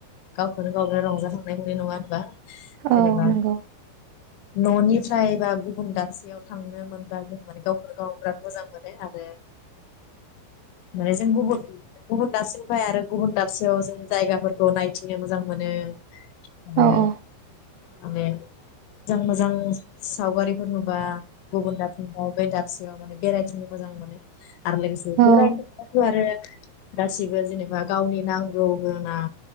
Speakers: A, on the left; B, on the right.
A: गावखौनो गावनो रंजाखांनाय मोननाय नङा होनबा जेनेबा
B: औ नंगौ
A: न'निफ्राय बा गुबुन दाबसेयाव थांनो मोनबा जों माने गावखौनो गाव बिराद मोजां मोनो आरो माने जों गुबुन गुबुन दाबसेनिफ्राय आरो गुबुन दाबसेयाव जों जायगाफोरखौ नायथिंनो मोजां मोनो आरो
B: औ औ
A: माने मोजां मोजां सावगारिफोर नु बा गुबुन दाबसेआव बे दाबसेयाव माने बेरायथिंनो मोजां मोनो आरो लोगोसे <unintelligible>
B: औ
A: गासिबो जेनेबा गावनि नांगौ गोनां